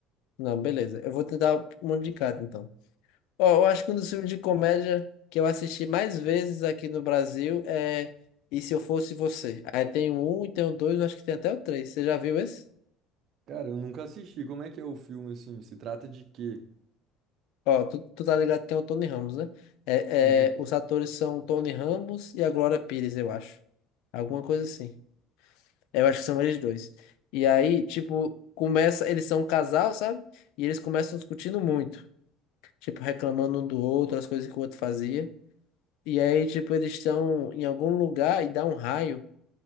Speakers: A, on the left; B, on the right.
A: Não, beleza. Eu vou tentar uma de cada, então. Ó, eu acho que um dos filmes de comédia que eu assisti mais vezes aqui no Brasil é E Se Eu Fosse Você. Aí tem o um e tem o dois, eu acho que tem até o três. Você já viu esse?
B: Cara, eu nunca assisti. Como é que é o filme, assim? Se trata de quê?
A: Ó, tu, tu tá ligado que tem o Tony Ramos, né? É,
B: Uhum.
A: é, os atores são o Tony Ramos e a Glória Pires, eu acho. Alguma coisa assim. Eu acho que são eles dois. E aí, tipo, começa. Eles são um casal, sabe? E eles começam discutindo muito. Tipo, reclamando um do outro, as coisas que o outro fazia. E aí, tipo, eles estão em algum lugar e dá um raio.